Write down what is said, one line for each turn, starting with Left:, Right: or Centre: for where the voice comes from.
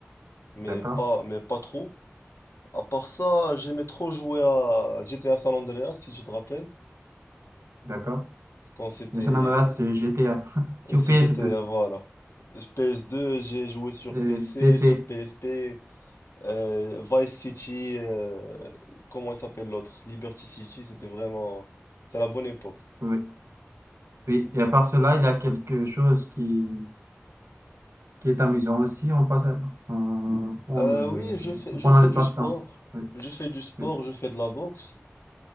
Left: mais
Right: D'accord,
Left: pas, mais pas trop. À part ça, j'aimais trop jouer à GTA San Andreas, si tu te rappelles
Right: d'accord.
Left: quand c'était
Right: Le San Andreas euh, GTA <laughs> sur
Left: Oui, c'est
Right: PS2.
Left: GTA, voilà. P S deux j'ai joué sur
Right: Euh,
Left: P C
Right: PC,
Left: sur P PSP, euh, Vice City, euh, comment il s'appelle l'autre? Liberty City, c'était vraiment... C'était la bonne époque.
Right: oui. Oui, et à part cela, il y a quelque chose qui, qui est amusant aussi. On passe à on- prendre
Left: Euh,
Right: le,
Left: oui, je fais, je
Right: pendant
Left: fais
Right: le
Left: du
Right: passe-temps.
Left: sport.
Right: Oui,
Left: Je fais du sport,
Right: oui.
Left: je fais de la boxe.